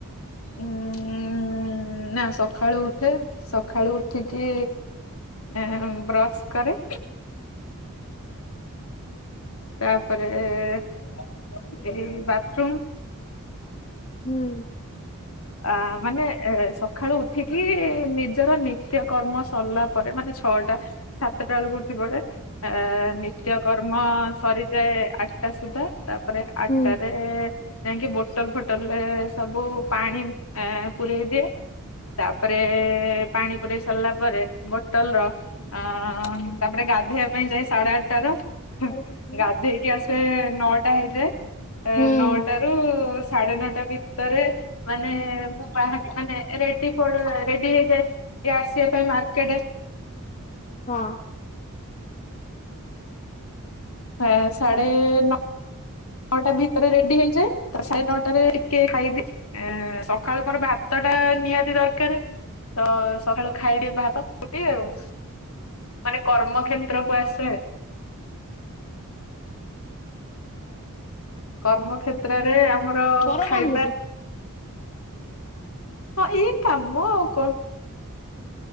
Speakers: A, on the left; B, on the left.
A: ଉଁ ନା ସଖାଳୁ ଉଠେ ସଖାଳୁ ଉଠିକି ଏ ବ୍ରଶ କରେ ତାପରେ ଏଇ ବାଥରୁମ୍
B: ହୁଁ
A: ଅ ମାନେ ଏ ସକାଳୁ ଉଠିକି ନିଜର ନିତ୍ୟକର୍ମ ସରିଲା ପରେ ମାନେ ଛଅଟା ସାତଟା ବେଳକୁ ଉଠିପଡ଼େ। ଆ ନିତ୍ୟକର୍ମ ସରିଯାଏ ଆଠଟା ସୁଦ୍ଧା ତାପରେ ଆଟାରେ
B: ହୁଁ
A: ଯାଇକି ବୋଟଲ ଫୋଟଲ ରେ ସବୁ ପାଣି ପରେଇ ଦିଏ। ତାପରେ ପାଣି ପୁରାଇ ସାରିଲା ପରେ ବୋଟଲ ର ଅ ତାପରେ ଗାଧୋଇବା ପାଇଁ ଯାଇ ସାଢେ ଆଠଟା ର
B: ହୁଁ।
A: ଗାଧେଇକି ଆସେ ନଅଟା ହେଇଯାଏ
B: ହଁ।
A: ନଅଟା ଉ ସାଢେ ନଅଟା ଭିତରେ ମାନେ ମୁଁ ବା ମେ ରେଡି ରେଡି ହେଇଯାଏ ଆସିବା ପାଇଁ ମାର୍କେଟ
B: ହଁ।
A: ହ ସାଢ଼େ ନଅ ନଅଟା ଭିତରେ ରେଡି ହେଇଯାଏ। ସ ସାଢେ ନଅଟାରେ ଟିକେ ଖାଇଦି ସକାଳୁ ମୋର ଭାତ ଟା ନିହାତି ଦରକାର। ତ ସକାଳୁ ଖାଇଦି ଭାତ ଫୁଟି ଆଉ। ମାନେ କର୍ମକ୍ଷେତ୍ରକୁୁ ଆସେ। କର୍ମ କ୍ଷେତ୍ରରେ ଆମର
B: କର
A: ଖାଇବା।
B: କଣ ସେଠି
A: ହଁ ଏଇ କାମ ଆଉ କଣ।